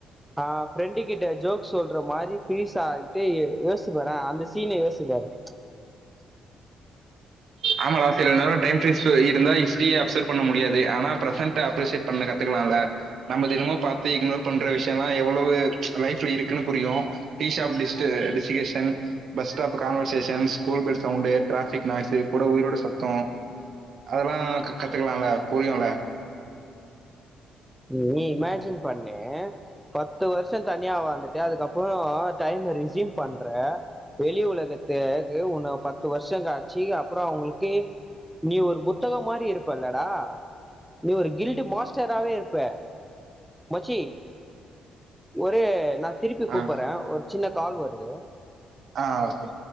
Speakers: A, in the centre; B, on the right.
A: ஆ ஃப்ரெண்டு கிட்ட ஜோக் சொல் ட்ற மாரி ஃபினிஸ் ஆய்ட்டு யோச்சிபாறே அந்த சீன யோச்சிபாரு
B: ஆமாடா சில நேரோ டைம் ஃப்ரீஸ் இருந்தா ஹஸ்ட்ரியே அப்சர்வ் பண்ண முடியாது ஆனா பிரெசன்ட அப்ரிஷேட் பண்ண கத்துக்கலாம்ல நம்ம தினமும் பாத்து இக்னோர் பண்ற விஷயோலா எவ்ளவு லைஃப்ல இருக்குனு புரியு டீஷாப் டிஷ்டு டிஷிகேஷன் bus stop conversation school bell sound traffic noise கூட உயிரோட சத்தோ அதெல்லா க கத்துக்கலாம்ல புரியும்ல
A: நீ இமேஜின் பண்ணு பத்து வருஷோ தனியா வாழ்ந்துட்டு அதுக்கப்றோ டைம்ம ரெச்யூம் பண்றே வெளி உலகத்த உன்ன பத்து வருஷம் காய்ச்சு அப்புறோ அவங்களுக்கு நீ ஒரு புத்தகோ மாறி இருப்பல்லடா நீ ஒரு கில்டு மாஸ்டரவே இருப்ப ப மச்சி ஒரு நா திருப்பி கூப்பிட்றே
B: ஆ.
A: ஒரு சின்ன கால் வருது
B: ஆ ஓகே